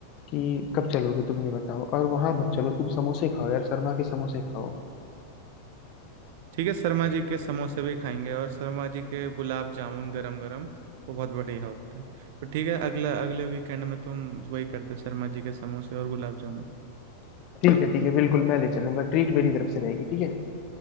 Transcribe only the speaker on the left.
कि कब चलोगे तुम ये बताओ और वहां मत चलो तुम समोसे खाओ यार शर्मा के समोसे खाओ
ठीक है ठीक है बिल्कुल मैं ले चलूंगा ट्रीट मेरी तरफ से रहेगी ठीक है